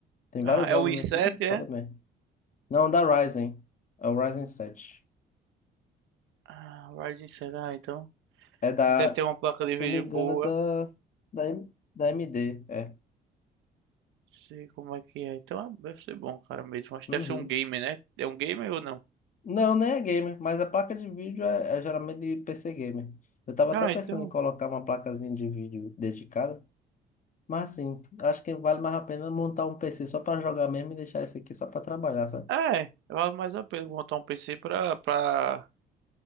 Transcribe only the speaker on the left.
Tem vários
jogos
aqui, mas roda
bem. Não, da Ryzen. É o Ryzen 7.
É da,
se
eu não me engano,
é da, da, M- da AMD, é.
Uhum.
Não, nem é gamer, mas a placa de vídeo é, é geralmente de PC gamer. Eu tava até
pensando
em colocar uma placazinha de vídeo dedicada, mas assim, acho que vale mais a pena montar um PC só para jogar mesmo e deixar esse aqui só para trabalhar, sabe?